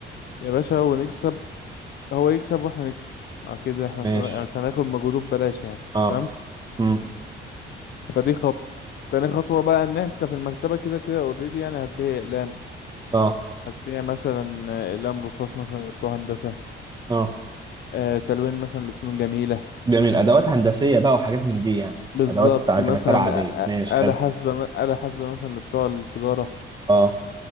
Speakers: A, on the left; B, on the right.
A: يا باشا ونكسب هو يكسب واحنا نكسب مع كده احنا
B: ماشي
A: مش هن- يعني مش هناخد مجهوده ببلاش يعني
B: اه
A: تمام
B: امم
A: فدي خطوة تاني خطوة بقى ان انت في المكتبة كده كده اوريدي يعني هتبيع اقلام
B: اه
A: هتبيع مثلا آه، اقلام رصاص مثلا لبتوع هندسة
B: اه
A: آه، تلوين مثلا لفنون جميلة
B: جميل ادوات هندسيه بقى وحاجات من دي يعني
A: بالظبط
B: ادوات
A: مثلا
B: كمكتبه عاديه
A: آ-
B: ماشي
A: آ-
B: حلو
A: آلة حاسبة م- آلة حاسبة مثلا لبتوع التجارة
B: اه